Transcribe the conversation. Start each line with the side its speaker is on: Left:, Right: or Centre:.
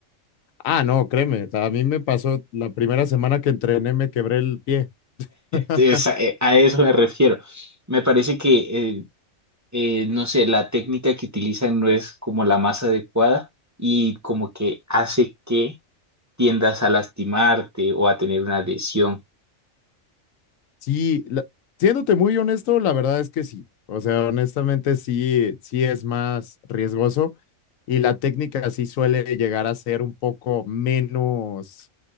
Left: Ah, no, créeme, o sea, a mí me pasó la primera semana que entrené, me quebré el pie. <laughs>
Right: Es- a, eh, a eso me refiero. Me parece que, eh, eh, no sé, la técnica que utilizan no es como la más adecuada y como que hace que tiendas a lastimarte o a tener una lesión.
Left: Sí, la- siéndote muy honesto, la verdad es que sí. O sea, honestamente sí, sí es más riesgoso y la técnica sí suele llegar a ser un poco menos